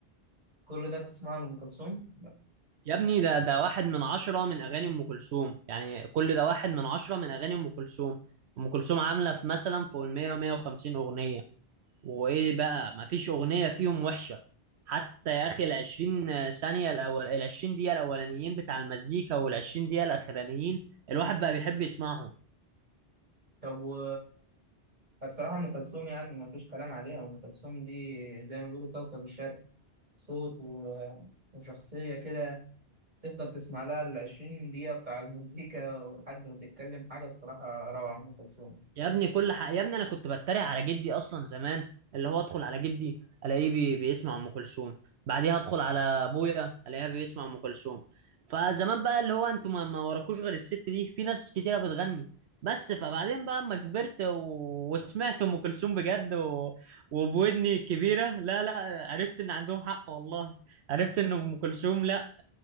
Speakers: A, on the right; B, on the right.
A: كل ده بتسمعه لأم كلثوم
B: يا ابني ده ده واحد من عشرة من اغاني ام كلثوم يعني كل ده واحد من عشرة من اغاني ام كلثوم ام كلثوم عاملة في مثلا فوق ال 100 150 اغنية وايه بقى مفيش اغنيه فيهم وحشه حتى يا اخي العشرين ثانيه الاول العشرين دقيقه الاولانيين بتاع المزيكا والعشرين دقيقه الاخرانيين الواحد بقى بيحب يسمعهم
A: طب و بصراحة أم كلثوم يعني ما فيش كلام عليها أم كلثوم دي زي ما بيقولوا كوكب الشرق صوت و... وشخصية كده تفضل تسمع لها العشرين دقيقة بتاع المزيكا لحد ما تتكلم حاجة بصراحة روعة أم كلثوم
B: يا ابني كل حق يا ابني انا كنت بتريق على جدي اصلا زمان اللي هو ادخل على جدي الاقيه بي... بيسمع ام كلثوم بعديها ادخل على ابويا الاقيها بيسمع ام كلثوم فزمان بقى اللي هو انتوا ما, ما وراكوش غير الست دي في ناس كتيره بتغني بس فبعدين بقى اما كبرت و... وسمعت ام كلثوم بجد و... وبودني الكبيره لا لا عرفت ان عندهم حق والله عرفت ان ام كلثوم لا